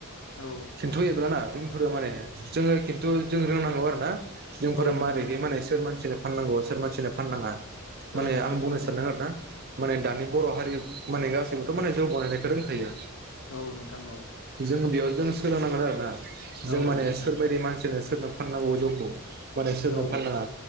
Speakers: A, on the left; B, on the right.
A: औ
B: सोंथ' जोंफोर माने जोङो खिन्थु जों रोंनांगौ आरोना। जोंफोरा
A: औ नोंथां
B: मारैहाय
A: औ
B: माने सोर मानसिनो‌ फाननांगौ सोर मानसिनो फाननाङा माने
A: औ नोंथां
B: आं बुंनो
A: औ
B: सानदों आरोना माने दानि बर' हारि माने गासैबोथ' माने जौ बानायनायखौ रोंखायो।
A: औ नोंथां औ
B: जों बेयाव जों सोलोंनांगोन आरो। जों
A: औ
B: माने
A: नोंथां
B: सोरबायदि मानसिनो सोरनो फाननांगौ जौखौ माने सोरनो
A: औ
B: फाननाङा